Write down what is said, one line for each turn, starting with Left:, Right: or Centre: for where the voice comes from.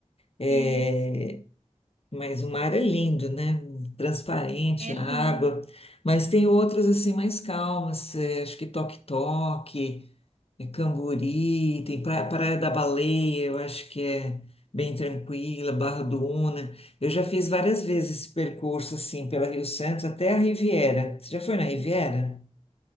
Left: É,
Right: isso.
Left: Mas o mar é lindo, né? Transparente,
Right: É
Left: a água.
Right: lindo.
Left: Mas tem outras assim mais calmas. eh, acho que Toque-Toque, eh, Camburi, tem pra- Praia da Baleia, eu acho que é bem tranquila, Barra do Una. Eu já fiz várias vezes esse percurso assim pela Rio Santos até a Riviera. Você já foi na Riviera?